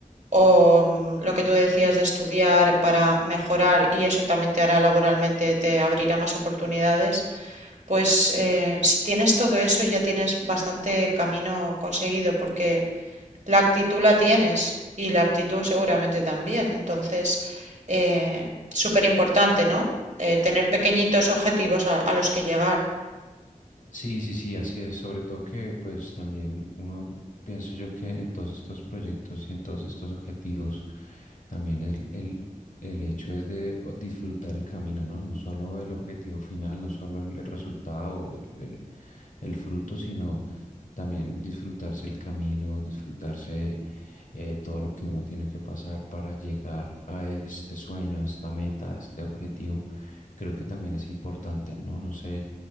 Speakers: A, on the right; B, on the left.
A: o mm, lo que tú decías de estudiar para mejorar, y eso también te hará laboralmente, te abrirá más oportunidades pues eh, si tienes todo eso ya tienes bastante camino conseguido porque la actitud la tienes y la aptitud seguramente también. Entonces, eh, súper importante, ¿no? Eh, tener pequeñitos objetivos a, a los que llegar.
B: Sí, sí, sí, así es. Sobre todo que pues también uno, pienso yo que en todos estos proyectos y en todos estos objetivos, también el, el, el hecho es de o- disfrutar el camino, ¿no? No solo el objetivo final, no solo el, el resultado, el, el, el fruto, sino También disfrutarse el camino, disfrutarse eh, todo lo que uno tiene que pasar para llegar a este sueño, a esta meta, a este objetivo, creo que también es importante, ¿no? No sé